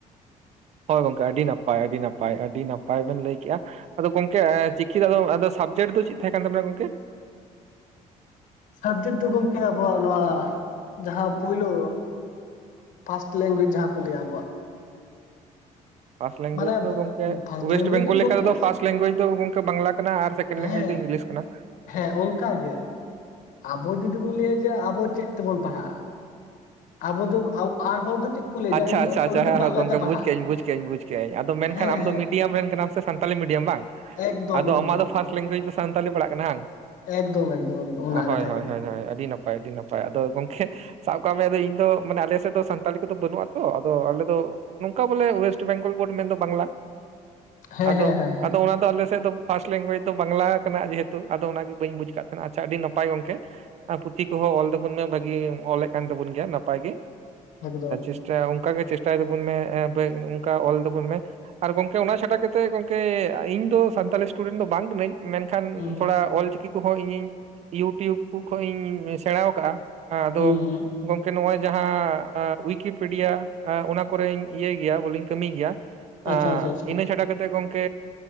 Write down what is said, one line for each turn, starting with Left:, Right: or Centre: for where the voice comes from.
Right: ᱦᱳᱭ ᱜᱚᱝᱠᱮ ᱟᱹᱰᱤ ᱱᱟᱯᱟᱭ ᱟᱹᱰᱤ ᱱᱟᱯᱟᱭ ᱟᱹᱰᱤ ᱱᱟᱯᱟᱭ ᱵᱮᱱ ᱞᱟᱹᱭ ᱠᱮᱜᱼᱟ᱾ ᱟᱫᱚ ᱜᱚᱝᱠᱮ ᱪᱤᱠᱤ ᱫᱚ ᱟᱫᱚ ᱟᱫᱚ ᱥᱟᱵᱽᱡᱮᱠᱴ ᱫᱚ ᱪᱮᱫ ᱛᱟᱦᱮᱸ ᱠᱟᱱ ᱛᱟᱵᱮᱱᱟ ᱜᱚᱝᱠᱮ?
Left: ᱥᱟᱵᱽᱡᱮᱠᱴ ᱫᱚ ᱜᱚᱝᱠᱮ ᱟᱵᱚᱣᱟᱜ ᱱᱚᱣᱟ ᱡᱟᱦᱟᱸ ᱯᱩᱭᱞᱩ ᱯᱷᱟᱥᱴ ᱞᱮᱝᱜᱩᱭᱮᱡᱽ ᱡᱟᱦᱟᱸ ᱠᱚ ᱞᱟᱹᱭᱟ ᱟᱵᱚᱣᱟᱜ᱾
Right: ᱯᱷᱟᱥᱴ ᱞᱮᱝᱜᱩᱭᱮᱡᱽ
Left: ᱢᱟᱱᱮ
Right: ᱫᱚ ᱜᱚᱝᱠᱮ
Left: ᱯᱷᱟᱥᱴ
Right: ᱚᱭᱮᱥᱴ
Left: ᱞᱮᱝᱜᱩᱭᱮᱡᱽ
Right: ᱵᱮᱝᱜᱚᱞ ᱞᱮᱠᱟ
Left: ᱜᱚᱢᱠᱮ
Right: ᱛᱮ ᱫᱚ ᱯᱷᱟᱥᱴ ᱞᱮᱝᱜᱩᱭᱮᱡᱽ ᱫᱚ ᱜᱚᱝᱠᱮ ᱵᱟᱝᱞᱟ ᱠᱟᱱᱟ ᱟᱨ ᱥᱮᱠᱮᱱᱰ
Left: ᱦᱮᱸ
Right: ᱞᱮᱝᱜᱩᱭᱮᱡᱽ ᱫᱚ ᱤᱝᱞᱤᱥ ᱠᱟᱱᱟ᱾
Left: ᱦᱮᱸ ᱚᱱᱠᱟ ᱜᱮ ᱟᱵᱚ ᱡᱩᱫᱤ ᱵᱚᱱ ᱞᱟᱹᱭᱟ ᱡᱮ ᱟᱵᱚ ᱪᱮᱫ ᱛᱮᱵᱚᱱ ᱯᱟᱲᱦᱟᱜᱼᱟ? ᱟᱵᱚ ᱫᱚ <inaudible> ᱟᱨ ᱦᱚᱲ ᱫᱚ ᱪᱮᱫ? ᱠᱚ ᱞᱟᱹᱭᱟ
Right: ᱟᱪᱪᱷᱟ
Left: ᱤᱧ
Right: ᱟᱪᱪᱷᱟ
Left: ᱫᱚ
Right: ᱟᱪᱪᱷᱟ
Left: ᱩᱱᱤ
Right: ᱦᱮᱸ
Left: ᱫᱚ ᱵᱟᱝᱞᱟᱛᱮ
Right: ᱦᱮᱸ ᱜᱚᱝᱠᱮ,
Left: ᱯᱟᱲᱦᱟᱜᱼᱟᱭ
Right: ᱵᱩᱡᱽ ᱠᱟᱹᱜᱤᱧ ᱵᱩᱡᱽ ᱠᱟᱹᱜᱤᱧ, ᱵᱩᱡᱽ ᱠᱟᱹᱜᱤᱧ ᱟᱫᱚ ᱢᱮᱱᱠᱷᱟᱱ
Left: ᱦᱮᱸ
Right: ᱟᱢᱫᱚ
Left: ᱦᱮᱸ
Right: ᱢᱤᱰᱤᱭᱟᱢ ᱨᱮᱱ ᱠᱟᱱᱟᱢ ᱥᱮ ᱥᱟᱱ ᱥᱟᱱᱛᱟᱞᱤ ᱢᱤᱰᱤᱭᱟᱢ ᱵᱟᱝ
Left: ᱮᱠᱫᱚᱢ
Right: ᱟᱫᱚ
Left: ᱮᱠᱫᱚᱢ
Right: ᱟᱢᱟᱜ ᱫᱚ ᱯᱷᱟᱥᱴ ᱞᱮᱝᱜᱩᱭᱮᱡᱽ ᱫᱚ ᱥᱟᱱᱛᱟᱞᱤ ᱯᱟᱲᱟᱜ ᱠᱟᱱᱟ ᱵᱟᱝ
Left: ᱮᱠᱫᱚᱢ ᱮᱠᱫᱚᱢ ᱮᱠᱫᱚᱢ ᱚᱱᱟ
Right: ᱚ, ᱦᱳᱭ
Left: ᱠᱟᱛᱷᱟ
Right: ᱦᱳᱭ
Left: ᱜᱮ
Right: ᱦᱳᱭ‌ ᱦᱳᱭ ᱟᱹᱰᱤ ᱱᱟᱯᱟᱭ ᱴᱟᱹᱰᱤ ᱱᱟᱯᱟᱭ ᱟᱹᱰᱤ ᱱᱟᱯᱟᱭ ᱟᱫᱚ ᱜᱚᱝᱠᱮ ᱥᱟᱵ ᱠᱟᱜ ᱢᱮ ᱟᱫᱚ ᱤᱧ ᱫᱚ ᱢᱟᱱᱮ ᱟᱞᱮ ᱥᱮᱫ ᱫᱚ ᱥᱟᱱᱛᱟᱲᱤ ᱫᱚ ᱵᱟᱹᱱᱩᱜᱼᱟᱛᱚ ᱟᱫᱚ ᱟᱞᱮ ᱫᱚ ᱱᱚᱝᱠᱟ ᱵᱚᱞᱮ ᱚᱭᱮᱥᱴ ᱵᱮᱝᱜᱚᱞ ᱵᱳᱰ ᱢᱮᱱᱫᱚ ᱵᱟᱝᱞᱟ
Left: ᱦᱮᱸ
Right: ᱟᱫᱚ
Left: ᱦᱮᱸ ᱦᱮᱸ ᱦᱮᱸ
Right: ᱟᱫᱚ ᱚᱱᱟ ᱫᱚ ᱟᱞᱮ ᱥᱮᱫ ᱫᱚ ᱯᱷᱟᱥᱴ ᱞᱮᱝᱜᱩᱭᱮᱡ ᱫᱚ ᱵᱟᱝᱞᱟ ᱠᱟᱱᱟ ᱡᱮᱦᱩᱛᱩ ᱟᱫᱚ ᱚᱱᱟᱜᱮ ᱵᱟᱹᱧ ᱵᱩᱡᱽ ᱠᱟᱜ ᱛᱟᱦᱮᱱᱟ ᱟᱪᱪᱷᱟ ᱟᱹᱰᱤ ᱱᱟᱯᱟᱭ ᱜᱚᱝᱠᱮ ᱟᱨ ᱯᱩᱛᱷᱤ ᱠᱚᱦᱚᱸ ᱚᱞ ᱛᱟᱵᱚᱱ ᱢᱮ ᱵᱷᱟᱜᱤ ᱜᱮᱢ ᱚᱞᱮᱫ ᱠᱟᱱ ᱛᱟᱵᱚᱱ ᱜᱮᱭᱟ ᱱᱟᱯᱟᱭ ᱜᱮ
Left: ᱮᱠᱫᱚᱢ
Right: ᱱᱤᱥᱪᱳᱭ ᱚᱱᱠᱟ ᱜᱮ ᱪᱮᱥᱴᱟᱭ ᱛᱟᱵᱚᱱ ᱢᱮ ᱵᱮᱠ ᱚᱝᱠᱟ ᱚᱞ ᱛᱟᱵᱚᱱ ᱢᱮ᱾ ᱟᱨ ᱜᱚᱝᱠᱮ ᱚᱱᱟ ᱪᱷᱟᱰᱟ ᱠᱟᱛᱮᱫ ᱜᱚᱝᱠᱮ ᱤᱧ ᱫᱚ ᱥᱟᱱᱛᱟᱞᱤ ᱥᱴᱩᱰᱮᱱᱴ ᱫᱚ ᱵᱟᱝ ᱠᱟᱹᱱᱟᱹᱧ ᱢᱮᱱ ᱠᱷᱟᱱ
Left: ᱦᱩᱸ
Right: ᱛᱷᱚᱲᱟ ᱚᱞᱪᱤᱠᱤ ᱠᱚᱦᱚᱸ ᱤᱧᱤᱧ ᱤᱭᱩᱴᱭᱩᱵᱽ ᱠᱚ ᱠᱷᱚᱚᱡ ᱤᱧ ᱥᱮᱬᱟᱣ ᱠᱟᱜᱼᱟ ᱦᱮᱸ ᱟᱫᱚ
Left: ᱦᱩᱸ ᱦᱩᱸ
Right: ᱜᱚᱝᱠᱮ ᱱᱚᱜᱼᱚᱭ ᱡᱟᱦᱟᱸ ᱩᱭᱠᱤ ᱯᱤᱰᱭᱟ ᱠᱚᱨᱮ ᱮᱸᱜ ᱚᱱᱟ ᱠᱚᱨᱮᱧ ᱵᱚᱞᱮᱧ ᱠᱟᱹᱢᱤᱭ ᱜᱮᱭᱟ ᱟᱸᱜ
Left: ᱟᱪᱪᱷᱟ ᱟᱪᱪᱷᱟ ᱟᱪᱪᱷᱟ
Right: ᱤᱱᱟᱹ ᱪᱷᱟᱰᱟ ᱠᱟᱛᱮᱜ ᱜᱚᱝ ᱠᱮ